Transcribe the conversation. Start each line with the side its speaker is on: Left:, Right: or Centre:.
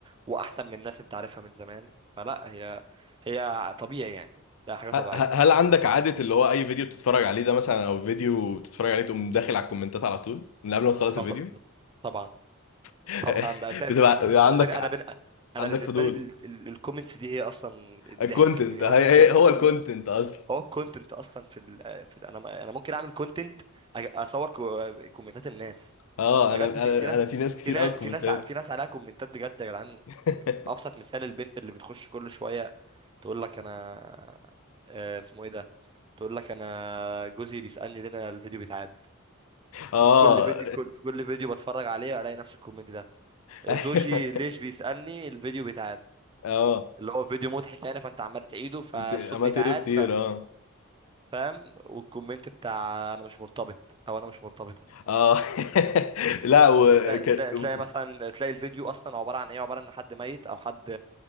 Right: واحسن من ناس انت عارفها من زمان فلا هي هي طبيعي يعني ده حاجه طبيعيه
Left: ه- ه- هل عندك عاده اللي هو اي فيديو بتتفرج عليه ده مثلا او فيديو بتتفرج عليه تقوم داخل على الكومنتات على طول من قبل ما تخلص
Right: اه
Left: الفيديو
Right: ط- طبعا
Left: <laughs>
Right: طبعا ده اساسي
Left: بتبقى بيبقى عندك
Right: انا بن... انا بن... انا
Left: عندك
Right: بالنسبه
Left: فضول
Right: لي الكومنتس دي هي اصلا الضحك
Left: الكونتنت
Right: يعني
Left: هي
Right: هو
Left: هي-
Right: الضحك
Left: هو
Right: كله
Left: الكونتنت اصلا
Right: هو الكونتنت اصلا في ال في ال انا ما- انا ممكن اعمل كونتنت اصور كو- كومنتات الناس
Left: اه
Right: بجد
Left: انا انا
Right: في, في ناس
Left: انا في ناس كتير
Right: في ناس
Left: قوي
Right: في
Left: كومنتات
Right: ناس ع- في ناس عليها كومنتات بجد يا جدعان
Left: <laughs>
Right: ابسط مثال البنت اللي بتخش كل شويه تقول لك انا آه، اسمه ايه ده تقول لك انا جوزي بيسالني ليه انا الفيديو بيتعاد
Left: اه
Right: دي في كل فيديو كل في كل فيديو بتفرج عليه الاقي نفس الكومنت ده آه،
Left: <laughs> ايوه
Right: زوجي ليش بيسالني الفيديو بيتعاد
Left: اه
Right: اللي هو فيديو مضحك يعني فانت عمال تعيده فالصوت
Left: بت- عملت
Right: بيتعاد
Left: له كتير اه
Right: فاهم والكومنت بتاع انا مش مرتبط او انا مش مرتبطه
Left: اه <laughs> لا وكان
Right: تلاقي تلاقي تلاقي مثلا تلاقي الفيديو اصلا عباره عن ايه عباره عن حد ميت او حد